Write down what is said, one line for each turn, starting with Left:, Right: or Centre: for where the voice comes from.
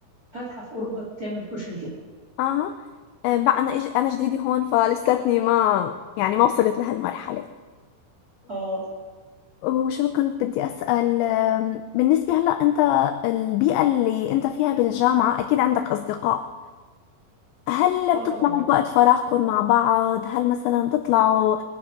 Right: فاتحة في اوروبا بتعمل كشري
Left: اه آه، بقى انا إج- انا جديده هون فلساتني ما يعني ما وصلت لهالمرحله
Right: اه
Left: وشو كنت بدي أسأل أم، بالنسبة هلأ أنت البيئة اللي أنت فيها بالجامعة أكيد عندك أصدقاء هل
Right: اه
Left: بتطلعوا
Right: طبعا
Left: بوقت فراغكم مع بعض هل مثلا بتطلعوا